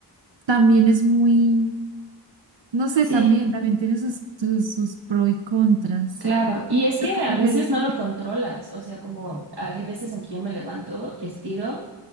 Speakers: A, on the right (about 85°); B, on the right (about 60°).
A: también es muy, no sé,
B: Sí,
A: también, también tiene sus, sus, sus pros y contras.
B: claro. Y es que
A: ¿Lo que
B: a
A: prefieres?
B: veces no lo controlas. O sea, como hay veces en que yo me levanto, estiro,